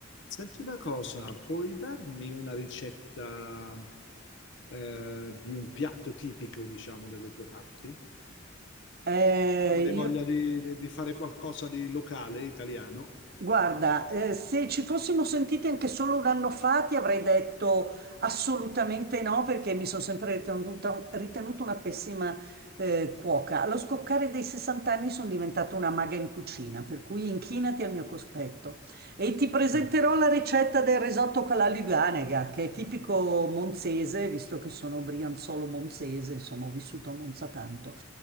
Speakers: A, on the left; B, on the right.
A: Senti una cosa, puoi darmi una ricetta eh, di un piatto tipico, diciamo, delle tue parti?
B: Eh,
A: Avrei
B: io-
A: voglia di, di- di fare qualcosa di locale, italiano.
B: guarda, eh, se ci fossimo sentiti anche solo un anno fa, ti avrei detto assolutamente no, perché mi sono sempre ritenuta, ritenuta una pessima, eh, cuoca. Allo scoccare dei 60 anni sono diventata una maga in cucina, per cui inchinati al mio cospetto. E ti presenterò
A: Eh,
B: la ricetta del risotto con la Luganega, che è tipico monzese, visto che sono brianzolo monzese, insomma, ho vissuto a Monza tanto.